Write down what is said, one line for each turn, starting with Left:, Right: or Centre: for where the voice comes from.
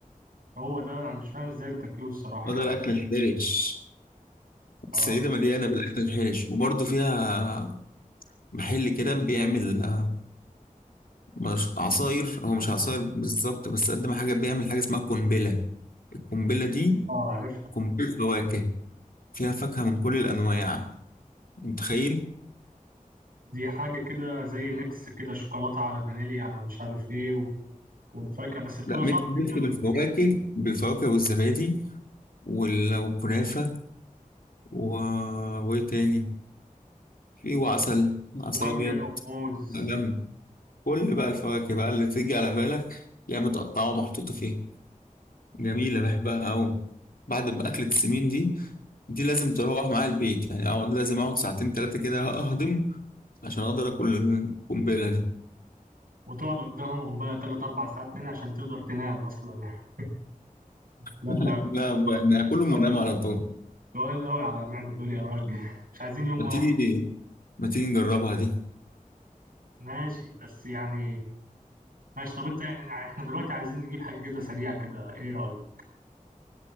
Right: هو ده انا مش فاهم ازاي بتاكلوه الصراحة
Left: هو ده
Right: يعني
Left: الأكل الحرش
Right: اه
Left: السيدة مليانة بالأكل الحرش وبرضه فيها محل كده بيعمل آه، مش عصاير هو مش عصاير بالظبط بس قد ما حاجة بيعمل حاجة اسمها قنبلة القنبلة دي
Right: اه عارف
Left: قنبلة فواكه فيها فاكهة من كل الأنواع متخيل؟
Right: دي حاجة كده زي ميكس كده شوكولاتة على فانيليا على مش عارف ايه و... والفاكهة بس بتبقى
Left: لا ميكس
Right: صعبة
Left: ميكس
Right: جدا
Left: بالفواكه بالفواكه والزبادي وال- والكنافة و... وإيه تاني؟ في وعسل عسل
Right: ومانجا
Left: أبيض
Right: وموز
Left: لا، جامد كل بقى الفواكه بقى اللي تيجي على بالك تلاقيها متقطعة ومحطوطة فيها جميلة بحبها أوي بعد ما أكلة السمين دي دي لازم تروح معايا البيت يعني اقعد لازم اقعد ساعتين ثلاثه كده اهضم عشان اقدر اكل القنبله دي
Right: وتقعد قدامهم بقى تلات أربع ساعات تاني عشان تقدر تنام أصلا <laughs> لا
Left: <laughs>
Right: لا
Left: لا ب- انا هاكلهم
Right: سؤال
Left: وانام على طول
Right: سؤال قوي على المعدة دول يا راجل <laughs> مش عايزين يوم
Left: ما
Right: واحد
Left: تيجي ما تيجي نجربها دي
Right: ماشي بس يعني ماشي طب انت يعني احنا دلوقتي عايزين نجيب حاجة كده سريعة كده ايه رأيك؟